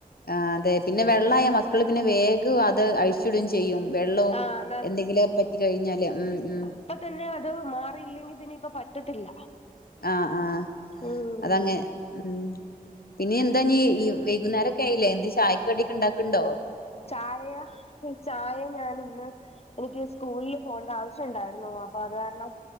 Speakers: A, on the left; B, on the left.
A: ആ അതെ പിന്നെ വെള്ളായ മക്കള് പിന്നെ വേഗം അത് അഴിച്ചിടും ചെയ്യും വെള്ളോം
B: ആഹ്
A: എന്തെങ്കിലും പറ്റി കഴിഞ്ഞാല് ഉം ഉം
B: ഇപ്പൊതന്നെ അത് മാറിയില്ലെങ്കി പിന്നെ ഇപ്പൊ പറ്റത്തില്ല
A: ആ ആ
B: ഉം
A: അതങ്ങെ ഉം ഇനി എന്താ നീ ഈ വൈകുന്നേ രൊക്കെ ആയിലേ എന്തേം ചായക്ക് കടി ഒക്കെണ്ടാക്ക്ണ്ടോ
B: ചായ ചായ ഞാന് ഇന്ന് എനിക്ക് സ്കൂളില് പോണ്ട ആവശ്യംണ്ടായിരുന്നു അപ്പൊ അത് കാരണം